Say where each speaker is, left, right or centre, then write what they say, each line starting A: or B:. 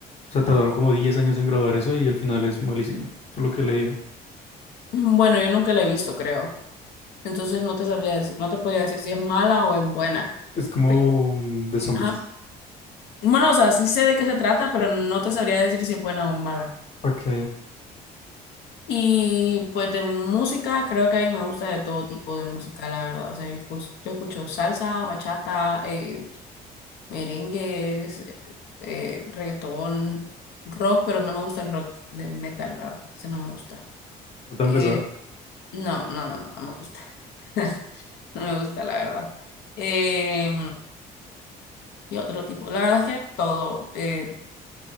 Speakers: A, on the left; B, on the left.
A: O sea, tardaron como 10 años en grabar eso y el final es malísimo, por lo que he leído.
B: Mm, Bueno, yo nunca la he visto, creo. Entonces no te sabría decir, no te podría decir si es mala o es buena.
A: Es como
B: Pero,
A: mm, de zombies.
B: ajá. Bueno, o sea, sí sé de qué se trata, pero no te sabría decir si es buena o mala.
A: Ok,
B: Y pues de música, creo que a mí me gusta de todo tipo de música, la verdad. O sea, yo escu- yo escucho salsa, bachata, eh, merengues, eh, reggaetón, rock, pero no me gusta el rock de metal, ¿verdad? Ese no me gusta.
A: no tan
B: Eh,
A: pesado.
B: no, no, no, no, no me gusta. <laughs> No me gusta, la verdad. Eh, y otro tipo. La verdad es que todo. eh,